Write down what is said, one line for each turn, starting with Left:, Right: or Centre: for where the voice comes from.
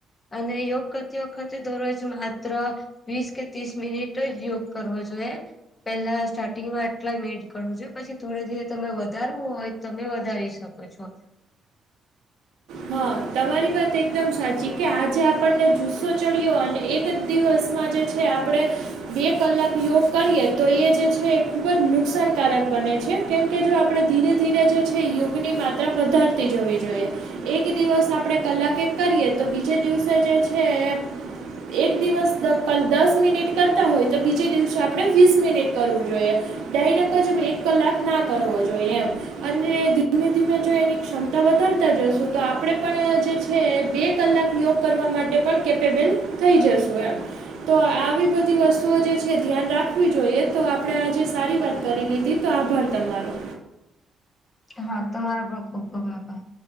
Left: અને યોગ કરતી વખતે દરરોજ માત્ર વીસ કે તીસ મિનિટ જ યોગ કરવો જોઈએ. પેલા સ્ટાર્ટિંગ માં આટલા જ મિનીટ કરવું જોઈએ, પછી થોડે ધીરે તમે વધારવું હોય તમે વધારી શકો છો.
Right: હા, તમારી વાત એકદમ સાચી, કે આજે આપણને જુસ્સો ચડ્યો અને એક જ દિવસમાં જે છે, આપણે બે કલાક યોગ કરીએ, તો એ જે છે, એ ખૂબ જ નુકસાનકારક બને છે, કેમ કે જો આપણે ધીરે ધીરે જે છે યોગ યોગની માત્રા વધારતી જવી જોઈએ. એક દિવસ આપણે કલાક એક કરીએ, તો બીજે દિવસે જે છે, એ એક દિવસ દ- પ, દસ મિનિટ કરતા હોય તો, બીજે દિવસે આપણે વીસ મિનિટ કરવું જોઈએ. ડાયરેક્ટ જ એક કલાક ના કરવો જોઈએ એમ અને ધીમે-ધીમે જો એની ક્ષમતા વધારતા જશો તો આપણે પણ જે છે, બે કલાક યોગ કરવા માટે પણ કેપેબલ થઈ જશુ એમ તો આવી બધી વસ્તુઓ જે છે, ધ્યાન રાખવી જોઈએ, તો આપડે આજે સારી વાત કરી લીધી, તો આભાર તમારો
Left: હા, તમારો પણ ખુબ-ખૂબ આભાર.